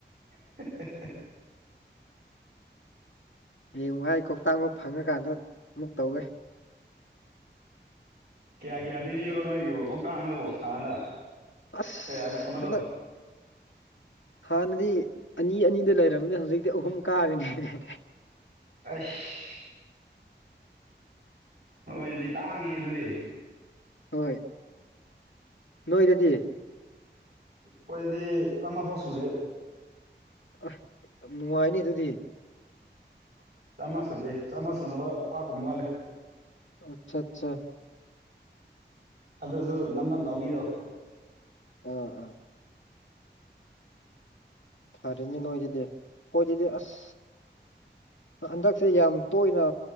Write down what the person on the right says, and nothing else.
<unintelligible>
ꯀꯌꯥ ꯀꯌꯥꯗꯤ ꯄꯤꯕ꯭ꯔꯣ ꯅꯣꯏꯒꯤꯕꯣ ꯀꯣꯛꯇꯥꯡꯕꯗꯨꯕꯣ ꯑꯥꯗ
ꯑꯦ ꯑꯃꯗꯣ
ꯑꯁ ꯅꯣꯏꯗꯗꯤ ꯇꯥꯡꯉꯦꯍꯦ ꯑꯗꯨꯗꯤ
ꯈꯣꯏꯗꯗꯤ ꯆꯥꯝꯃ ꯐꯥꯎ ꯁꯨꯗꯦ
ꯆꯥꯝꯃꯥ ꯁꯨꯗꯦ ꯆꯥꯝꯃꯥ ꯁꯨꯅꯕ ꯂꯨꯄꯥ ꯀꯨꯟ ꯋꯥꯠꯂꯦ
ꯑꯗꯨꯁꯨ ꯅꯞ ꯅꯞ ꯂꯥꯎꯕꯤꯗꯣ